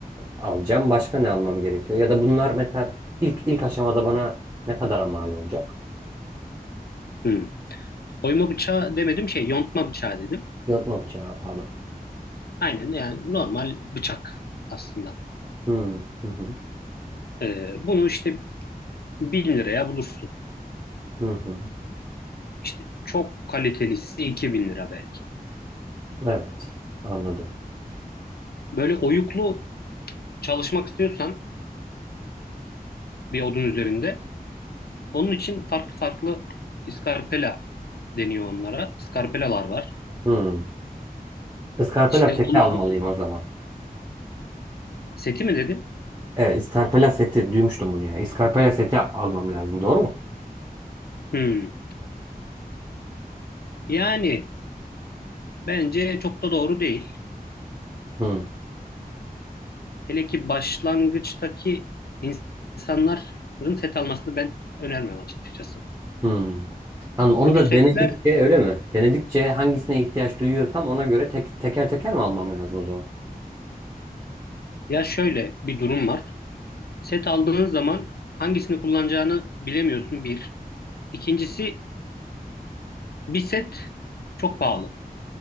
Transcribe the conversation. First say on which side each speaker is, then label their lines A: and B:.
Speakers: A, on the right; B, on the left.
A: alacağım. Başka ne almam gerekiyor? Ya da bunlar mesela ilk ilk aşamada bana ne kadara mal olacak?
B: Hı. Oyma bıçağı demedim şey yontma bıçağı dedim.
A: Yontma bıçağı pardon.
B: Aynen yani normal bıçak aslında.
A: Hmm, hı hı,
B: Ee, bunu işte 1000 liraya bulursun.
A: hı hı.
B: İşte çok kalitelisi 2000 lira belki.
A: Evet, anladım.
B: Böyle oyuklu çalışmak istiyorsan bir odun üzerinde onun için farklı farklı iskarpela deniyor onlara. İskarpelalar var.
A: Hmm. Iskarpela
B: İşte
A: seti
B: onu
A: almalıyım o zaman.
B: Seti mi dedin?
A: Evet, iskarpela seti duymuştum bunu ya. Iskarpela seti almam lazım, doğru mu?
B: Hmm. Yani bence çok da doğru değil.
A: Hmm,
B: Hele ki başlangıçtaki insanların set almasını ben önermem açıkçası.
A: hmm. Hanım, onu
B: Çünkü
A: da
B: setler
A: denedikçe öyle mi? Denedikçe hangisine ihtiyaç duyuyorsam ona göre tek, teker teker mi almam lazım o zaman?
B: ya şöyle bir durum var. Set aldığın zaman hangisini kullanacağını bilemiyorsun bir. İkincisi bir set çok pahalı.